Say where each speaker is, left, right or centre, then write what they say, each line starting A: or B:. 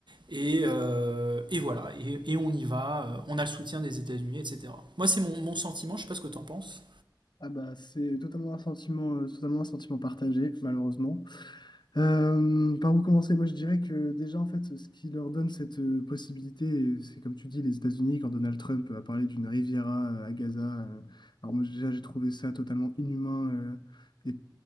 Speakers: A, on the right; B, on the left.
A: Et, euh, et voilà, et, et, on y va, Euh, on a le soutien des États-Unis, etc. Moi, c'est mon, mon, sentiment, je sais pas ce que tu en penses.
B: Ah bah, c'est totalement un sentiment, euh, totalement un sentiment partagé, malheureusement. Euh, par où commencer? Moi, je dirais que déjà, en fait, ce qui leur donne cette euh, possibilité, et c'est comme tu dis, les États-Unis, quand Donald Trump a parlé d'une Riviera euh, à Gaza. euh, alors moi, déjà, j'ai trouvé ça totalement inhumain euh, et